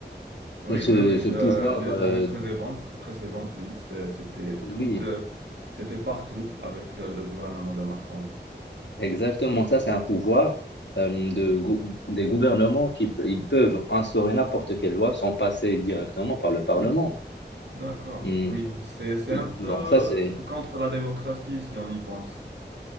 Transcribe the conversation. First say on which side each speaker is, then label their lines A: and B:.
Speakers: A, on the right; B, on the left.
A: Oui,
B: <clears throat> ce,
A: oui, oui.
B: ce pouvoir,
A: euh, les
B: euh,
A: années précédentes, précédentes, oui, c'est- c'était tout,
B: oui,
A: euh, c'était partout avec euh, le gouvernement de Macron.
B: exactement. Ça, c'est un pouvoir euh, de, gou- des gouvernements qui pe- ils peuvent instaurer n'importe quelle loi sans passer directement par le Parlement.
A: D'accord,
B: Hum,
A: oui, c'est, c'est
B: oui,
A: un peu
B: bon, ça, c'est.
A: contre la démocratie si on y pense.